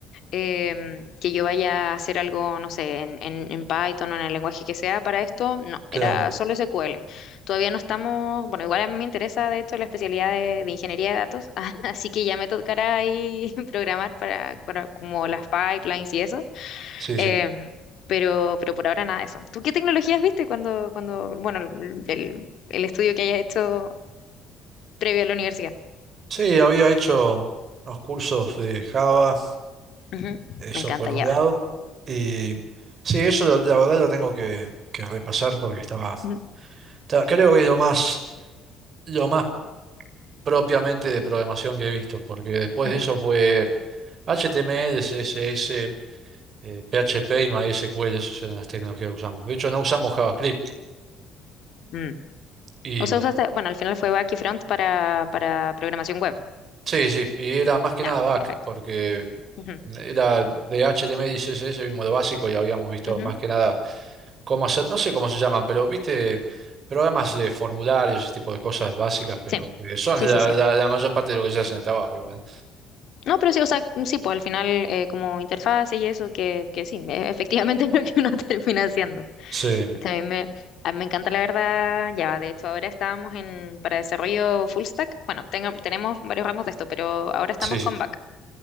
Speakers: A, on the left; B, on the right.
A: em, que yo vaya a hacer algo, no sé, en, en- en Python o en el lenguaje que sea para esto, no,
B: claro,
A: era solo SQL. Todavía no estamos, bueno, igual a mí me interesa de hecho la especialidad de, de ingeniería de datos, <laughs> así que ya me tocará ahí <laughs> programar para, para como las pipelines y eso.
B: sí,
A: Em,
B: sí.
A: pero, pero por ahora nada de eso. ¿Tú qué tecnologías viste cuando, cuando, bueno, el, el- el estudio que hayas hecho previo a la universidad?
B: Sí, había hecho unos cursos de Java,
A: Ujú,
B: eso
A: Me encanta,
B: por
A: Java.
B: un lado, y sí, eso lo- la verdad lo tengo que, que repasar porque estaba,
A: Ujú,
B: ta- creo que lo más, lo más propiamente de programación que he visto, porque después
A: ujú.
B: de eso fue HTML, CSS, eh, PHP y MySQL, esas eran las tecnologías que usamos. De hecho, no usamos JavaScript
A: Mm.
B: y
A: O
B: mm,
A: sea, usaste, bueno, al final fue back y front para, para programación web.
B: sí, sí, y era más que
A: Ya,
B: nada back,
A: perfecto.
B: porque
A: Ujú,
B: era de HTML y CSS vimos lo básico y habíamos visto
A: ujú.
B: más que nada cómo hacer, no sé cómo se llaman, pero viste programas de formularios, ese tipo de cosas básicas, pero
A: Sí,
B: que son
A: sí,
B: la,
A: sí, sí.
B: la la mayor parte de lo que se hace en el trabajo igual.
A: No, pero sí, o sea, mm, sí, pues al final eh, como interfaces y eso, que, que sí, e- efectivamente <laughs> es lo que uno <laughs> termina haciendo.
B: Sí,
A: También me, a mí me encanta la verdad ya De hecho, ahora estábamos en, para desarrollo full stack. Bueno, tengo- tenemos varios ramos de esto, pero ahora estamos
B: sí, sí,
A: con back.